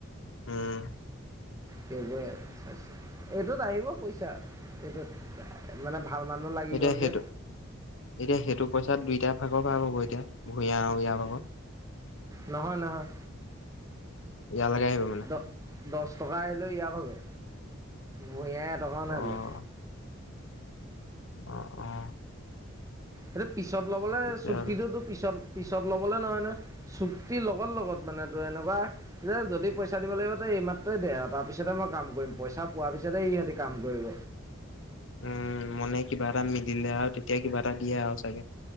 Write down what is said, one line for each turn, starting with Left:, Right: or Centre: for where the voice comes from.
Left: উম।
Right: সেইবোৰোই এইটোত আহিব পইচা এইটোত মানে ভাল মানুহ লাগি
Left: এতিয়া
Right: গ'ল
Left: সেইটো
Right: যে
Left: এতিয়া সেইটো পইচা দুইটা ভাগৰ ভাগ হ'ব এতিয়া ভূঞা ইয়াৰ ভাগত
Right: নহয়, নহয়।
Left: ইয়ালকে আহিব মানে।
Right: দ দহ টকা আহিলেও ইয় ভাগে ভূঞাই এটকাও নাই
Left: অ',
Right: লোৱা।
Left: অ' অ'
Right: এটো পিছত ল'বলৈ
Left: তেতিয়া
Right: চুক্তিটোতো পিছত পিত পিছত ল'বলৈ নহয়, নহয় চুক্তি লগত লগত মানে তোৰ এনেকুৱা যদি পইচা দিব লাগিব এই মাহ তেই দে তাৰ পিছতে মই কাম কৰিম পইচা পোৱাৰ পিছতে ইহঁতি কাম কৰিব।
Left: উম, মনে কিবা এটা মিলিলে আৰু তেতিয়া কিবা এটা দিয়ে আৰু চাগে।